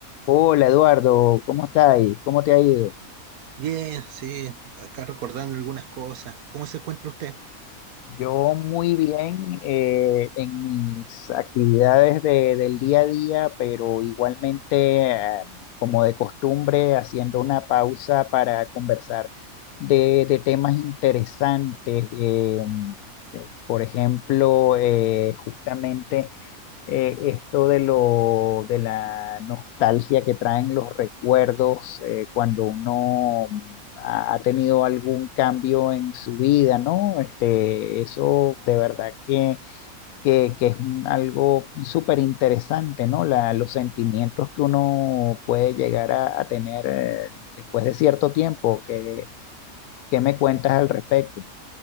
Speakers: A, on the left (about 85°); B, on the right (about 80°).
A: Hola Eduardo, ¿cómo estáis? ¿Cómo te ha ido?
B: Bien, sí, acá recordando algunas cosas. ¿Cómo se encuentra usted?
A: Yo muy bien eh, en mis actividades de- del día a día, pero igualmente, eh, como de costumbre, haciendo una pausa para conversar de, de temas interesantes. eh, de- por ejemplo, eh, justamente eh, esto de lo, de la nostalgia que traen los recuerdos eh, cuando uno mm, ha, ha tenido algún cambio en su vida, ¿no? Este, eso de verdad que, que, que es un- algo súper interesante, ¿no? La, los sentimientos que uno puede llegar a, a tener eh, después de cierto tiempo. ¿Qué, qué me cuentas al respecto?